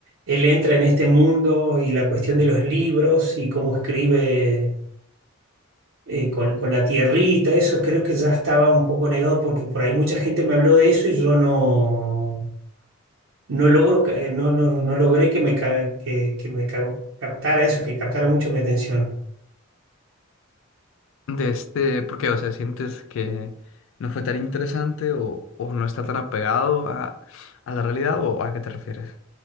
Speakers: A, on the right; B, on the left.
A: él entra en este mundo y la cuestión de los libros y cómo escribe eh, con, con la tierrita, eso creo que ya estaba un poco negado porque por ahí mucha gente me habló de eso y yo no no logro, ca- eh, no, no, no logré que me, ca- que, que me ca- captara eso, que captara mucho mi atención.
B: de este, porque, o sea, sientes que no fue tan interesante o, o no está tan apegado a, a la realidad o a qué te refieres?